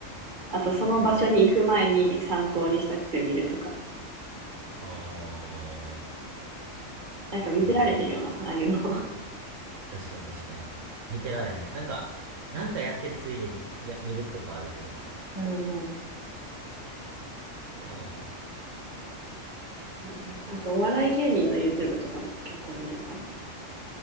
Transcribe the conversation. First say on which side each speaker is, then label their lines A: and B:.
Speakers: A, on the right; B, on the right.
A: あとその場所に行く前に参考にしたくて見るとか。
B: ああー、
A: なんか見てられへんよな、
B: なるほど。
A: ああいうの。
B: 確かに確かに。見てられへん。なんか、なんかやってるついでにや見るとかあるけど。
A: <laughs> うん。
B: う
A: そうねあと、お笑い芸人の YouTube とかも結構見るかも。